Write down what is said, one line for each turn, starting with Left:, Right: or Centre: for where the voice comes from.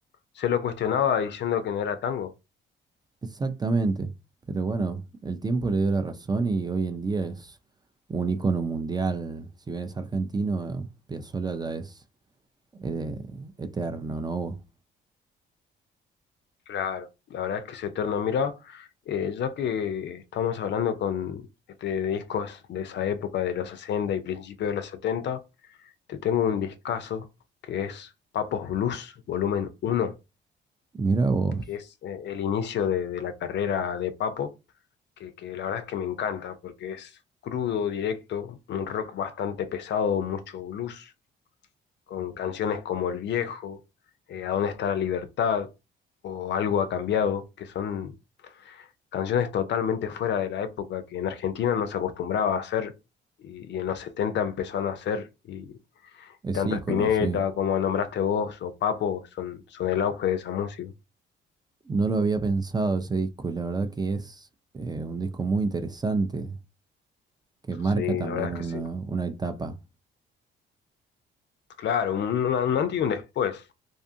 Left: Se lo cuestionaba diciendo que no era tango.
Right: Exactamente, pero bueno, el tiempo le dio la razón y hoy en día es un ícono mundial. Si bien es argentino, eh, Piazzolla ya es eh, eterno, ¿no?
Left: Claro, la verdad es que es eterno. Mira, eh, ya que estamos hablando con este, de discos de esa época, de los 60 y principios de los 70 te tengo un discazo que es Papos Blues, volumen uno
Right: Mira vos,
Left: que es eh, el inicio de, de la carrera de Papo, que, que la verdad es que me encanta porque es crudo, directo, un rock bastante pesado, mucho blues, con canciones como El Viejo, eh, A dónde está la libertad o Algo ha cambiado, que son canciones totalmente fuera de la época que en Argentina no se acostumbraba a hacer y, y en los 70 empezó a nacer y
Right: es
Left: y tanto
Right: ícono,
Left: Spinetta
Right: sí.
Left: como nombraste vos o Papo son, son el auge de esa música.
Right: No lo había pensado ese disco y la verdad que es eh, un disco muy interesante que marca
Left: Sí,
Right: también
Left: la verdad es
Right: una,
Left: que sí.
Right: una etapa.
Left: Claro, un, un antes y un después